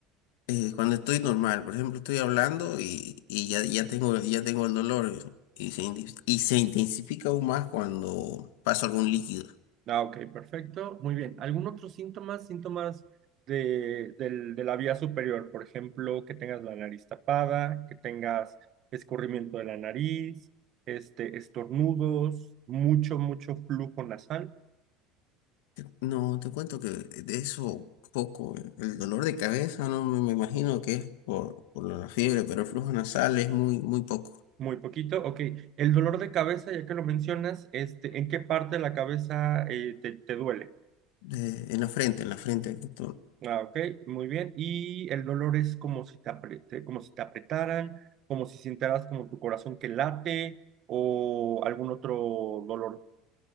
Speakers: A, on the left (about 80°); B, on the right (about 40°).
A: eh, cuando estoy normal, por ejemplo, estoy hablando y, y ya, ya tengo, ya tengo el dolor eh, y se, inten- y se intensifica aún más cuando paso algún líquido.
B: Ah, ok, perfecto. Muy bien. ¿Algún otro síntoma? Síntomas de, del- de la vía superior. Por ejemplo, que tengas la nariz tapada, que tengas escurrimiento de la nariz, este, estornudos, mucho, mucho flujo nasal.
A: Te- No, te cuento que de eso poco, eh, el dolor de cabeza no me, me imagino que es por, por la fiebre, pero el flujo nasal es muy, muy poco.
B: Muy poquito, ok. El dolor de cabeza, ya que lo mencionas, este, ¿en qué parte de la cabeza eh, te, te duele?
A: Eh, en la frente, en la frente, justo.
B: Ah, ok, muy bien. Y el dolor es como si te apre- te- como si te apretaran, como si sintieras como tu corazón que late o algún otro dolor.